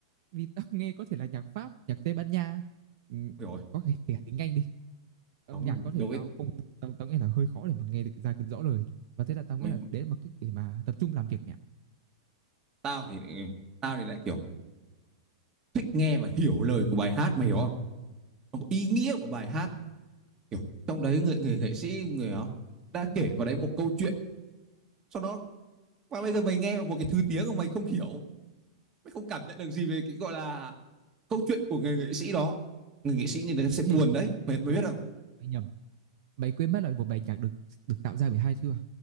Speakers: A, on the right (about 55°); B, on the right (about 20°).
A: vì tao nghe có thể là nhạc Pháp, nhạc Tây Ban Nha, ừ,
B: hiểu rồi
A: có thể kể tiếng Anh đi. Âm
B: không
A: nhạc có thể
B: đối
A: tao
B: ấy
A: không tao, tao nghe là hơi khó để mà nghe được ra được rõ lời. Và thế là tao nghĩ
B: mày,
A: là đấy là một cách để mà tập trung làm việc mẹ.
B: tao thì tao thì lại kiểu thích nghe và hiểu lời của bài hát mày hiểu không Nó có ý nghĩa của bài hát kiểu trong đấy người người nghệ sĩ người đó đã kể vào đấy một câu chuyện sau đó và bây giờ mày nghe một cái thứ tiếng mà mày không hiểu mày không cảm nhận được gì về cái gọi là câu chuyện của người nghệ sĩ đó người nghệ sĩ người ta sẽ buồn
A: Ê,
B: đấy mày
A: mày
B: mày
A: nhầm,
B: biết không
A: mày nhầm. Mày quên mất là một bài nhạc được được tạo ra bởi hai thứ à?